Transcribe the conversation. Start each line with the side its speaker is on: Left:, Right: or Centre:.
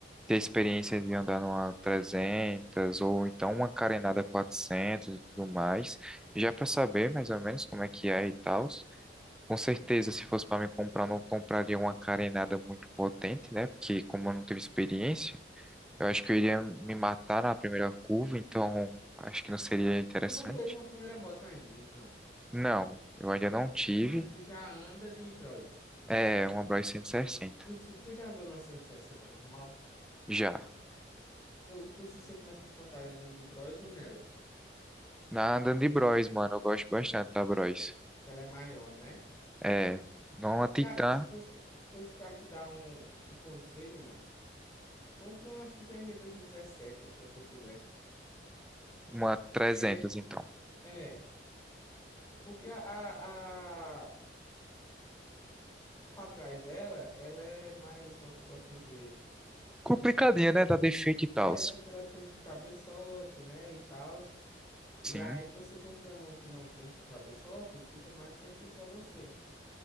Centre: ter experiência de andar numa 300 ou então uma carenada 400 e tudo mais, já para saber mais ou menos como é que é e tal. Com certeza,
Left: Hum.
Centre: se fosse para me comprar, eu não compraria uma carenada muito potente, né? Porque como eu não tive experiência, Eu acho que eu iria me matar na primeira curva, então acho que não seria interessante.
Left: Tu não teve uma primeira moto ainda, então.
Centre: Não, eu ainda não tive.
Left: Mas tu já anda de Bros.
Centre: É, uma Bros 160.
Left: Tu, su- tu já andou numa 160 normal?
Centre: Já.
Left: Co- Tu se sente mais confortável andando de Bros ou nela?
Centre: Na andando de Bros, mano, eu gosto bastante da Bros.
Left: Que Ela é maior, né?
Centre: É, não uma Titan,
Left: Cara, se fosse, fosse pra te dar um, um conselho, mano, compra uma X R e 2017 quando você puder.
Centre: uma 300,
Left: Porque,
Centre: então.
Left: é. Porque a, a, a, a pra trás dela, ela é mais, como é que eu posso dizer?
Centre: Complicadinha, né? Da defeito e tal.
Left: É, porque ela trinca o cabeçote, né, e tal. E
Centre: Sim,
Left: aí você comprando uma que não trinca o cabeçote, fica mais tranquilo pra você,